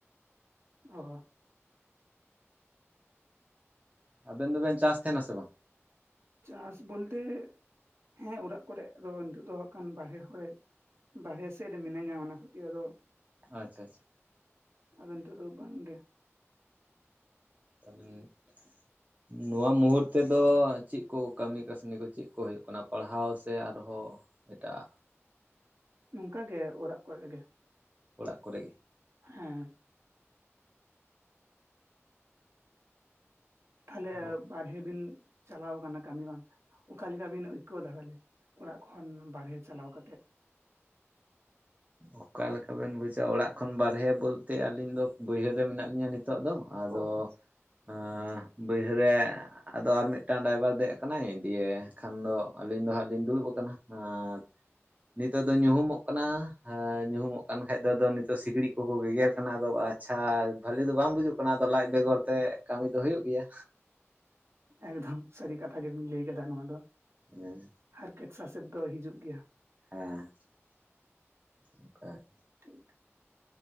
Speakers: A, on the right; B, on the right.
A: <unintelligible>
B: ᱟᱵᱮᱱ ᱫᱚᱵᱮᱱ ᱪᱟᱥ ᱛᱟᱦᱮᱱᱟ ᱥᱮ ᱵᱟᱝ
A: ᱪᱟᱥ ᱵᱚᱞᱛᱮ ᱦᱮᱸ ᱚᱲᱟᱜ ᱠᱚᱨᱮ ᱫᱚ ᱱᱤᱛᱚᱜ ᱫᱚ ᱠᱷᱟᱱ ᱵᱟᱨᱦᱮ ᱠᱚᱨᱮᱜ ᱵᱟᱨᱦᱮ ᱥᱮᱫ ᱨᱮ ᱢᱤᱱᱟᱹᱧᱟ ᱚᱱᱟ ᱠᱷᱟᱹᱛᱤᱨ ᱟᱫᱚ
B: ᱟᱪᱪᱷᱟ ᱟᱪᱪᱷᱟ
A: ᱟᱫᱚ ᱱᱤᱛᱚᱜ ᱫᱚ ᱵᱟᱝᱜᱮ
B: <inaudible> ᱛᱟᱦᱞᱮ <unintelligible> ᱱᱚᱣᱟ ᱢᱩᱦᱩᱨᱛᱮ ᱫᱚ ᱪᱮᱫ ᱠᱚ ᱠᱟᱹᱢᱤ ᱠᱟᱹᱥᱱᱤ ᱠᱚ ᱪᱮᱫ ᱠᱚ ᱦᱩᱭᱩᱜ ᱠᱟᱱᱟ ᱯᱟᱲᱦᱟᱣ ᱥᱮ ᱟᱨᱦᱚᱸ ᱮᱴᱟᱜᱟ
A: ᱱᱚᱝᱠᱟᱜᱮ ᱚᱲᱟᱜ ᱠᱚᱨᱮᱜᱮ
B: ᱚᱲᱟᱜ ᱠᱚᱨᱮ
A: ᱦᱮᱸ ᱛᱟᱦᱚᱞᱮ
B: ᱚ
A: ᱵᱟᱨᱦᱮ ᱵᱤᱱ ᱪᱟᱞᱟᱣ ᱠᱟᱱᱟ ᱠᱟᱹᱢᱤ ᱵᱟᱝ ᱚᱠᱟᱞᱮᱠᱟ ᱵᱤᱱ ᱟᱹᱭᱠᱟᱹᱣ ᱫᱟ ᱛᱟᱦᱞᱮ ᱚᱲᱟᱜ ᱠᱷᱚᱱ ᱵᱟᱦᱨᱮ ᱪᱟᱞᱟᱣ ᱠᱟᱛᱮᱜ
B: ᱚᱠᱟᱞᱮᱠᱟ ᱵᱤᱱ ᱵᱩᱡᱟ. ᱚᱲᱟᱜ ᱠᱷᱚᱱ ᱵᱟᱨᱦᱮ ᱵᱚᱞᱛᱮ ᱟᱹᱞᱤᱧ ᱫᱚ ᱵᱟᱹᱭᱦᱟᱹᱲ ᱨᱮ ᱢᱮᱱᱟᱜ ᱞᱤᱧᱟᱹ ᱱᱤᱛᱚᱜ ᱫᱚ ᱟᱫᱚ
A: ᱚ
B: <unintelligible> ᱵᱟᱹᱭᱦᱟᱹᱲ ᱨᱮ ᱟᱫᱚ ᱟᱨ ᱢᱤᱫᱴᱟᱝ ᱰᱟᱭᱵᱟᱨ ᱫᱮᱡ ᱟᱠᱟᱱᱟᱭ ᱫᱤᱭᱮ ᱠᱷᱟᱱ ᱫᱚ ᱟᱹᱞᱤᱧ ᱫᱚ ᱦᱟᱸᱜ ᱞᱤᱧ ᱫᱩᱲᱩᱵ ᱟᱠᱟᱱᱟ ᱟᱨ ᱱᱤᱛᱚᱜ ᱫᱚ ᱧᱩᱦᱩᱢᱚᱜ ᱠᱟᱱᱟ ᱦᱮᱸ ᱧᱩᱦᱩᱢᱚᱜ ᱠᱟᱱ ᱠᱷᱟᱡ ᱫᱚ ᱟᱫᱚ ᱱᱤᱛᱚᱜ ᱥᱤᱠᱲᱤᱡ ᱠᱚᱠᱚ ᱜᱮᱜᱮᱨ ᱠᱟᱱᱟ ᱟᱫᱚ ᱟᱪᱪᱷᱟ ᱵᱷᱟᱞᱤ ᱫᱚ ᱵᱟᱝ ᱵᱩᱡᱩᱜ. ᱠᱟᱱᱟ <unintelligible> ᱟᱫᱚ ᱞᱟᱡ ᱵᱮᱜᱚᱨ ᱛᱮ ᱠᱟᱹᱢᱤ ᱫᱚ ᱦᱩᱭᱩᱜ ᱜᱮᱭᱟ
A: ᱮᱠᱫᱚᱢ ᱥᱟᱹᱨᱤ ᱠᱟᱛᱷᱟ ᱜᱮᱵᱤᱱ ᱞᱟᱹᱭ ᱠᱟᱫᱟ ᱱᱚᱣᱟ ᱫᱚ
B: <inaudible>
A: ᱦᱟᱨᱠᱮᱛ ᱥᱟᱥᱮᱛ ᱫᱚ ᱦᱤᱡᱩᱜ ᱜᱮᱭᱟ
B: <inaudible>
A: ᱴᱷᱤᱠ